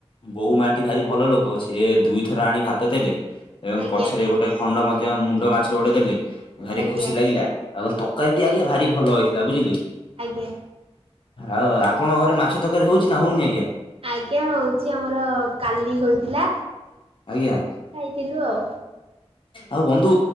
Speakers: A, on the left; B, on the right.
A: ବୋଉ ମାଟି ଭାରି ଭଲ ଲୋକ। ସିଏ ଦୁଇଥର ଆଣି ଭାତ ଦେଲେ। ଏବଂ
B: ଆଜ୍ଞା
A: ପଛରେ ଗୋଟେ ଖଣ୍ଡ ମଧ୍ୟ ମୁଣ୍ଡ ମାଛ ଗୋଟେ ଦେଲେ।
B: ଆଜ୍ଞା
A: ଭାରି ଖୁସି ଲାଗିଲା। ଆଉ କ ତକାରୀ ଟି ଆଜ୍ଞା ଭାରି ଭଲ ହେଇଥିଲା, ବୁଝିଲେ!
B: ଆଜ୍ଞା।
A: ଆଉ ଆପଣଙ୍କ ଘରେ ମାଛ ତକାରୀ ହଉଛି ନା ହଉନି ଆଜ୍ଞା?
B: ଆଜ୍ଞା, ହଉଛି। ଆମର କାଲି ହୋଇଥିଲା,
A: ଆଜ୍ଞା।
B: ଖାଇଥିଲୁ ଆଉ।
A: ଆଉ ବନ୍ଧୁ